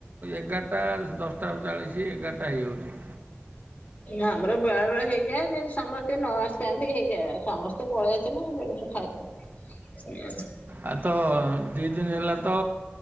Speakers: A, on the right; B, on the left.
A: ଏଗାରଟା, ଦଶଟା ଚାଳିସି, ଏଗାର ଟା ହେଇଯାଉଚି!
B: ଆମର ବେଳେ, ବେଳେ ହେଇଯାଏ। ଯେ ସମସ୍ତେ ନ ଆସିଥାନ୍ତି, ହେଇଯାଏ। ଆଉ ସମସ୍ତେ ପଳେଇ ଆସିଲେ ସମସ୍ତେ ଖାଇଦବା।
A: ଆଉ ତ, ଦି ଦିନ ହେଲା ତ